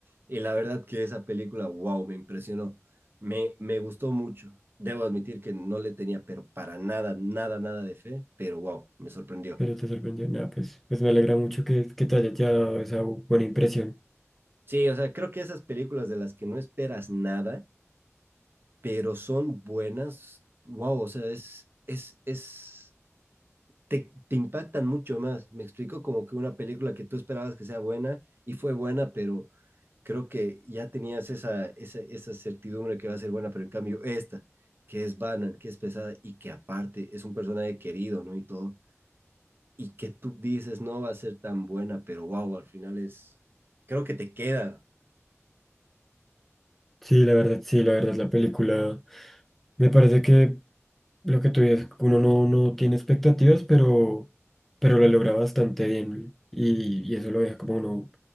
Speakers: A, on the right (about 45°); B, in the centre.
A: Y la verdad que esa película, wow, me impresionó, me, me gustó mucho. Debo admitir que no le tenía, pero para nada, nada, nada de fe, pero wow, me sorprendió.
B: Pero te sorprendió. Nada, pues, pues me alegra mucho que, que te haya dado esa bu- buena impresión.
A: Sí, o sea, creo que esas películas de las que no esperas nada, pero son buenas, wow, o sea, es, es, es te, te impactan mucho más. Me explico como que una película que tú esperabas que sea buena y fue buena, pero creo que ya tenías esa, esa, esa certidumbre que va a ser buena, pero en cambio esta, que es banal, que es pesada y que aparte es un personaje querido, ¿no? Y todo, y que tú dices no va a ser tan buena, pero wow, al final es, creo que te queda.
B: Sí, la verdad, sí, la verdad, la película. Me parece que lo que tú dices, uno no, no tiene expectativas, pero, pero lo logra bastante bien. Y, y eso lo deja como uno